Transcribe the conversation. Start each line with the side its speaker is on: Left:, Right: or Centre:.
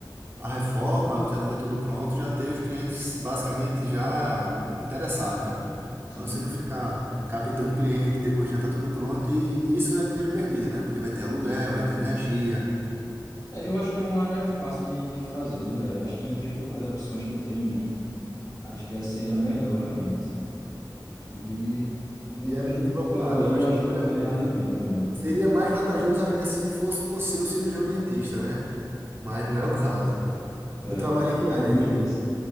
Right: a reforma, você já tiver tudo pronto, já ter os clientes basicamente já interessados, né?
Left: Sim.
Right: Para você não ficar captando cliente depois já está tudo pronto e isso é dinheiro perdido, né? Porque vai ter aluguel, vai ter energia
Left: É, Eu acho que é uma área fácil de, de fazer, né, velho? Acho que entre as, que eu- as opções que eu tenho em mente, acho que essa seria a melhor, realmente. E, como
Right: e
Left: o
Right: é
Left: Pedro
Right: muito procurado.
Left: falou aí,
Right: Eu acho
Left: eu acho
Right: que vale
Left: que vale
Right: a pena.
Left: mais a pena para mim.
Right: Seria mais vantajoso ainda se fosse você o cirurgião dentista, né? Mas não é o caso.
Left: É,
Right: Tu trabalha em que
Left: tá
Right: área
Left: longe
Right: aí, Ítalo?
Left: disso.